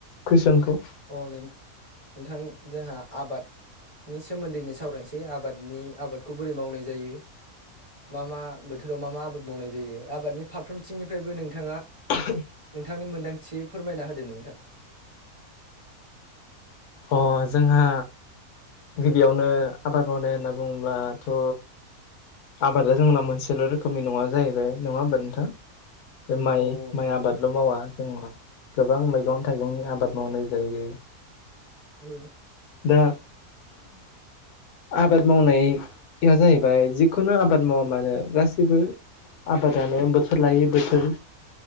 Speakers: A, on the left; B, on the right.
A: कुइसनखौ?
B: अ नों नोंथां जोंहा आबाद नि सोमोन्दैनो सावरायनोसै आबादनि आबादखौ बोरै मावनाय जायो। मा मा बोथोराव मा मा आबाद मावनाय जायो आबादनि फारफ्रोमथिंनिफ्रायबो नोंथाङा
A: <inaudible>
B: नोंथांनि मोनदांथि फोरमायना होदो नोंथां।
A: अ जोंहा गिबियावनो आबाद मावनाय होनना बुङोब्लाथ' आबादा जोंना मोनसेल' रोखोमनि नङा जाहैबाय नङा होमबा नोंथां? बे माइ
B: औ नंगौ
A: माइ आबादल' मावा जोंहा गोबां मैगं
B: उम
A: थाइगंनि आबाद मावनाय जायो‌।
B: औ
A: दा आबाद मावनाया जाहैबाय जिखुनु आब बाद मावा मानो गासैबो आबादानो बोथोर लायै बोथोर